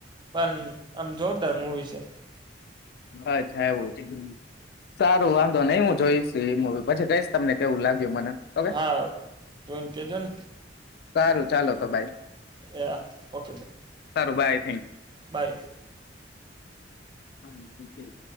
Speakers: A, on the right; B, on the left.
A: પણ આમ જોરદાર મૂવી છે.
B: બછવુ સારુ વાંધો નઈ, હુ જોઈશ એ મુવી પછી કઈશ તમને કેવું લાગ્યું મને ઓકે
A: હા, તમ ક દન
B: સારુ, ચાલો તો ભાઈ
A: હ, ઓકે
B: સારું બાય
A: બાય
B: હા